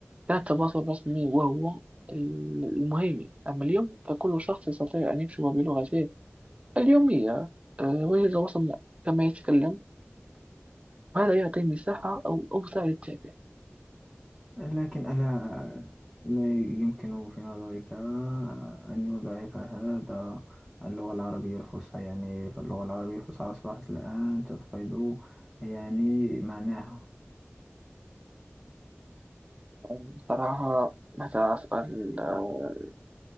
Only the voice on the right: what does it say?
كان التواصل الرسمي وهو المهم أما اليوم فكل شخص يستطيع أن يكتب بلغته اليومية آه، وجه التواصل كما يتكلم وهذا يعطي مساحة أو أوسع للتعبير
يعني صراحة هذا سؤال آه،